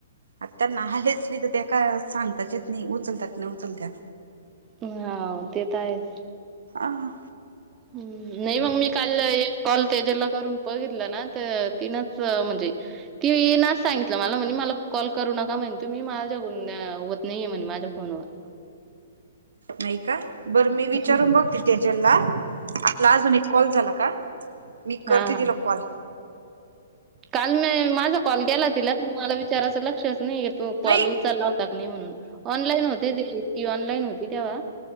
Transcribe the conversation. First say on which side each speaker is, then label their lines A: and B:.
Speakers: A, on the right; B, on the right.
A: आता त्याना आलेच नाही तर त्या का सांगताच येत नाही उचलतात नही उचलतात.
B: हा, ते तर आहेच
A: आ हं.
B: ह्म्म, नही मग मी काल ऐक कॉल तेजला करून बघितलं ना तर तिनच म्हणजे ती ये नाच सांगितलं मला म्हणे मला कॉल करू नका. म्हणे तुम्ही माझ्याकडून्या होत नाहीये म्हणे माझ्या फोनवर <inaudible>
A: नाही का? बरं मी विचारून
B: हं.
A: बघते तेजल ला आपला अजून एक कॉल झाला का? मी
B: हां,
A: करते
B: हां.
A: तिला कॉल.
B: काल मी माझा कॉल गेला तिला पण मला विचाराचं लक्षच नाही. तू कॉल
A: नाही
B: उचचालला टाक नाही म्हणून ऑनलाईन होते ते, ती ऑनलाईन होती तेव्हा